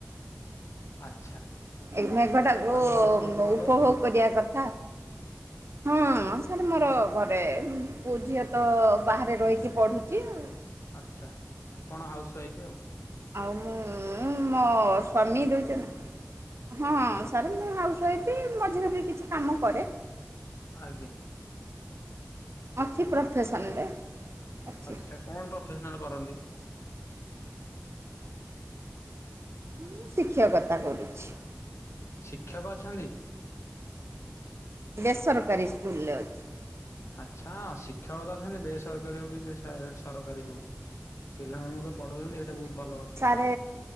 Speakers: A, on the left; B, on the right.
A: ଆଚ୍ଛା।
B: ଏଇ ମେଘଟାକୁ
A: ଆଉ
B: ବ
A: ଘରେ ସମସ୍ତେ ଭଲ
B: ଉପଭୋଗ
A: ଅଛନ୍ତି?
B: କରିବା କଥା। ହଁ ସାର୍ ମୋର ଘରେ ପୁ ଝିଅ ତ ବାହାରେ ରହିକି ପଢ଼ୁଛି ଆଉ।
A: ଆଚ୍ଛା ଆପଣ ଆଉ ଶୋଇବେ ଆଉ।
B: ଆଉ ମୁଁ ମୋ ସ୍ଵାମୀ ଦୁଇଛନ। ହଁ ସାର୍ ମୁଁ ହାଉସ ୱାଇଫ୍ ମ ଝିଅ ବି କିଛି କାମ କରେ।
A: ଆଜ୍ଞା।
B: ଅଛି ପ୍ରଫେସନରେ। ଅଛି
A: ଆଚ୍ଛା କଣ ପ୍ରଫେସନାଲ କରନ୍ତି?
B: ମୁଁ ଶିକ୍ଷକତା କରୁଛି।
A: ଶିକ୍ଷକ ଅଛନ୍ତି?
B: ବେସରକାରୀ ସ୍କୁଲରେ ଅଛି।
A: ଆଚ୍ଛା ଶିକ୍ଷକତଅଛନ୍ତି ବେସରକାରୀ ହଉ କି ସେ ସ ସରକାରୀ ହଉ। ପିଲାମାନଙ୍କୁ ତ ପଢଉଛନ୍ତି ହେଇଟା ବହୁତ ଭଲ।
B: ଏବେ